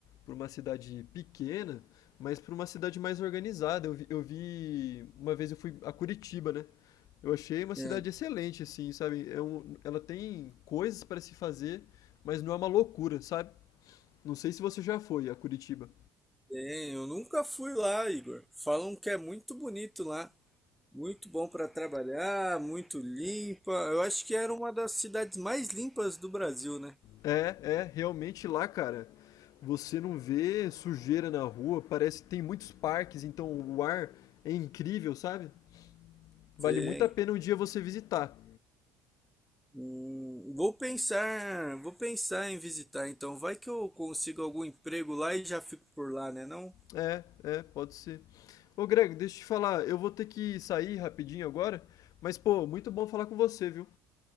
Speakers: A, on the left; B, in the centre.
A: pra uma cidade pequena, mas pra uma cidade mais organizada. Eu vi, eu vi, uma vez eu fui a Curitiba, né? Eu achei uma cidade
B: É,
A: excelente, assim, sabe? É um, ela tem coisas para se fazer, mas não é uma loucura, sabe? Não sei se você já foi a Curitiba.
B: tem. eu nunca fui lá, Igor. Falam que é muito bonito lá, muito bom para trabalhar, muito limpa. Eu acho que era uma das cidades mais limpas do Brasil, né?
A: É, é, realmente lá, cara, você não vê sujeira na rua, parece que tem muitos parques, então o ar é incrível, sabe? Vale
B: Tem.
A: muito a pena um dia você visitar.
B: Hum, vou pensar, vou pensar em visitar, então vai que eu consigo algum emprego lá e já fico por lá, né? Não?
A: É, é, pode ser. Ô, Greg, deixa eu te falar, eu vou ter que sair rapidinho agora, mas pô, muito bom falar com você, viu?